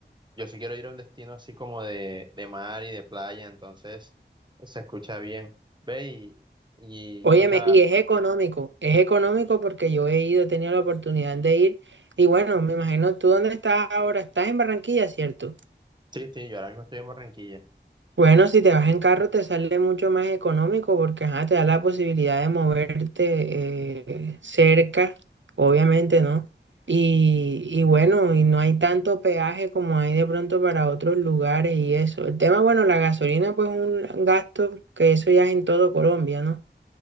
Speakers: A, on the right; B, on the right.
A: Yo sí quiero ir a un destino así como de, de mar y de playa, entonces se escucha bien. Ve y, y,
B: Óyeme,
A: o sea,
B: y es económico, es económico porque yo he ido, he tenido la oportunidad de ir. Y bueno, me imagino tú dónde estás ahora, estás en Barranquilla, ¿cierto?
A: sí, sí, yo ahora mismo estoy en Barranquilla.
B: Bueno, si te vas en carro te sale mucho más económico porque ajá, te da la posibilidad de moverte eh, cerca, obviamente, ¿no? Y, y bueno, y no hay tanto peaje como hay de pronto para otros lugares y eso. El tema, bueno, la gasolina pues es un gasto que eso ya es en todo Colombia, ¿no?